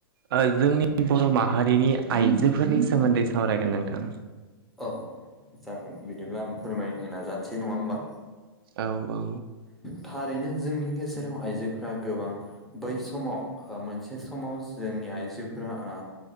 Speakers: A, on the right; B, in the centre.
A: ओ जोंनि बर' माहारिनि आइजोफोरनि सोमोन्दै सावरायगोन नोंथां
B: औ जागोन बिदिब्ला आं फोरमायनो नाजानोसै नङा होमबा।
A: औ औ
B: थारैनो जोंनि गेजेराव आइजोफोरा गोबां बै समाव हो मोनसे समाव जोंनि आइजोफोरा ओ